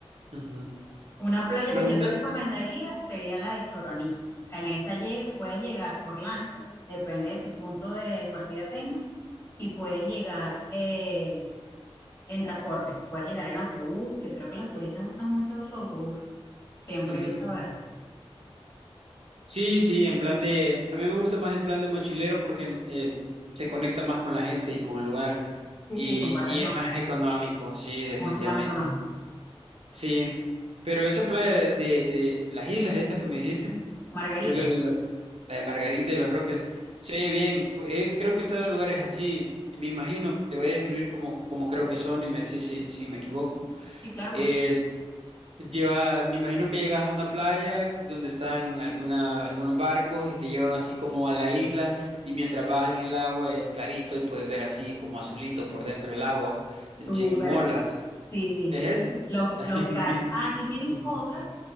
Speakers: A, on the right; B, on the left.
A: ujú.
B: Una playa
A: Me
B: que
A: gusta.
B: yo te recomendaría sería la de Choroní. Que en esa llega- puedes llegar por lancha, depende de qué punto de partida tengas, y puedes llegar eh, en transporte. Puedes llegar en autobús, que creo que los turistas usan mucho su autobús. Siempre
A: ujú,
B: he visto eso.
A: ujú. Sí, sí, en plan de... A mí me gusta más el plan de mochilero porque mm, eh, se conecta más con la gente y con el lugar.
B: Sí,
A: Y,
B: sí, compartes
A: y
B: más,
A: es <laughs> más económico, sí, definitivamente.
B: mucho más económico.
A: Sí, pero esa playa de, de, de las islas estas que me dijiste,
B: Margarita.
A: creo que la, la- la de Margarita y los Roques, se oye bien. Pu- eh, creo que he estado en lugares así, me imagino, te voy a describir como, como creo que son y me decís si, si me equivoco.
B: Sí, claro,
A: Es,
B: perfecto.
A: lleva, me imagino que llegas a una playa donde están alguna, algunos barcos y te llevan así como a la isla y mientras vas en el agua es clarito y puedes ver así como azulito por dentro del agua,
B: Súper.
A: sin olas.
B: Sí, sí.
A: ¿Es eso?
B: Los,
A: <laughs>
B: los callos. Ah, aquí tienes
A: Ujú,
B: otra